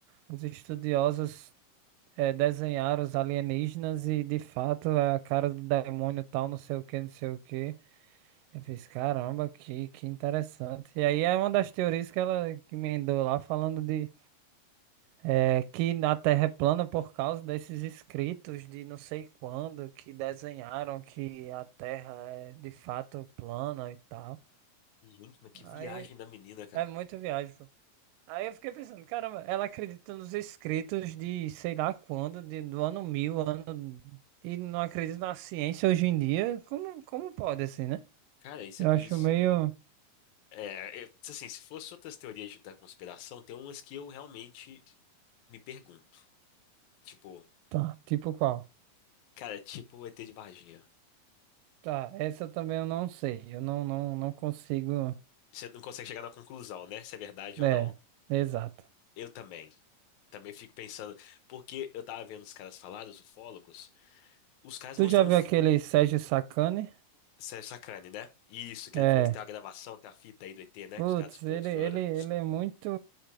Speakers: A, on the right; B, on the left.
A: os estudiosos é, desenhar os alienígenas e de fato é a cara do demônio tal, não sei o que, não sei o que. Eu fiz, caramba, que, que interessante. E aí é uma das teorias que ela que emendou lá, falando de é, que a Terra é plana por causa desses escritos de não sei quando que desenharam que a Terra é de fato plana e tal.
B: Gente, mas que
A: Aí
B: viagem da menina, cara.
A: é muito viagem. Aí eu fiquei pensando, caramba, ela acredita nos escritos de sei lá quando, de, do ano mil, ano. E não acredita na ciência hoje em dia. Como, como pode assim, né?
B: Cara, isso
A: Eu
B: é.
A: acho
B: Isso,
A: meio.
B: é, é, assim, se fosse outras teorias da conspiração, tem umas que eu realmente me pergunto. Tipo,
A: Tá, tipo qual?
B: cara, é tipo o ET de Varginha.
A: Tá, essa também eu não sei. Eu não, não, não consigo.
B: Você não consegue chegar na conclusão, né? Se é verdade
A: É,
B: ou não.
A: exato.
B: Eu também. Também fico pensando, porque eu tava vendo os caras falar, os ufólogos, os caras
A: Tu
B: mostrando
A: já viu
B: f-
A: aquele Sérgio Sacani?
B: Sérgio Sacani, né? Isso, que
A: É.
B: ele falou que tem a gravação, tem a fita aí do ET, né?
A: Putz,
B: Que os caras buscaram.
A: ele, ele, ele é muito.